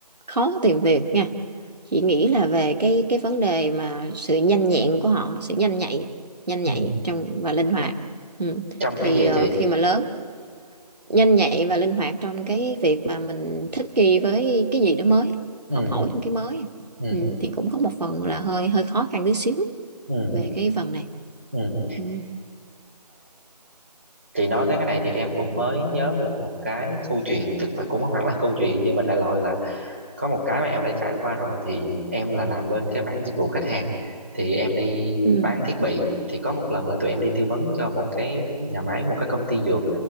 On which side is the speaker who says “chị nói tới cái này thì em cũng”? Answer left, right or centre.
Right